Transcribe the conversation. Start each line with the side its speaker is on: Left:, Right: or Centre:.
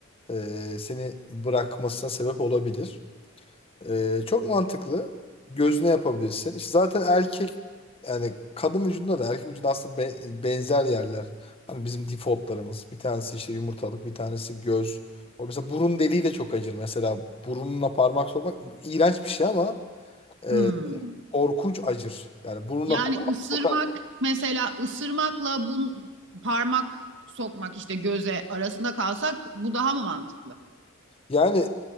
Left: e, seni bırakmasına sebep olabilir. Ee, çok mantıklı. Gözüne yapabilirsin. İşte zaten erkek yani kadın vücudunda da erkek vücudunda aslında be- benzer yerler. Hani bizim defaultlarımız. Bir tanesi işte yumurtalık, bir tanesi göz. O mesela burun deliği de çok acır. Mesela burunla parmak sokmak iğrenç bir şey ama e,
Right: Hmm.
Left: korkunç acır. Yani burunla
Right: Yani
Left: parmak
Right: ısırmak
Left: sokar.
Right: mesela ısırmakla bu parmak sokmak işte göze arasında kalsak bu daha mı mantıklı?
Left: Yani